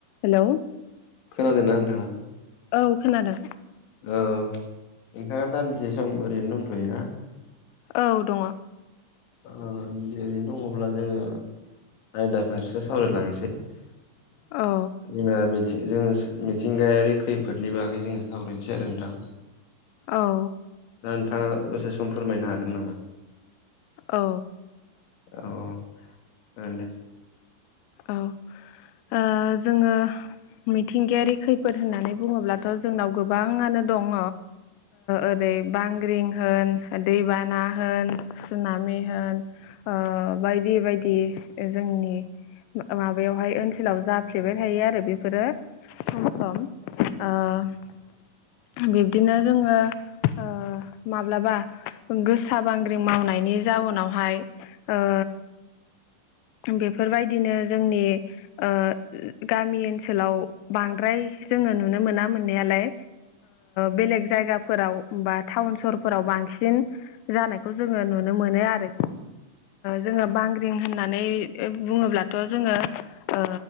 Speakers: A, on the left; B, on the left.
A: हेल'
B: खोनादों ना नोंथाङा
A: औ खोनादों
B: औ नोंथाङा दन्से सम ओरैनो दंथ'योना
A: औ दङ।
B: ओरैनो दङब्ला जोङो आयदा फारसे सावरायलांनोसै <unintelligible>
A: औ
B: जों थि मिथिंगायारि खैफोदनि बागै जोङो सावरायनोसै आरो नोंथां
A: औ
B: दा नोंथाङा दसे सम फोरमायनो हागोन नामा?
A: औ
B: औ जागोन दे
A: औ ओ जोङो मिथिंगायारि खैफोद होननानै बुङोब्लाथ' जोंनाव गोबाङानो दङ ओरै बांग्रिं होन दैबाना होन सुनामि होन ओ बायदि बायदि जोंनि माबायावहाय ओनसोलाव जाफ्लेबाय थायो आरो बेफोरो सम सम ओ बिब्दिनो जोङो ओ माब्लाबा गोसा बांग्रि मावनायनि जाउनावहाय ओ बेफोरबायदिनो जोंनि ओ गामि ओनसोलाव बांद्राय जोङो नुनो मोना मोननायालाय बेलेग जायगाफोराव बा टाउन सहरफोराव बांसिन जानायखौ जोङो नु नो मोनो आरो जोङो बांग्रिं होननानै बुङोब्लाथ' जोङो ओ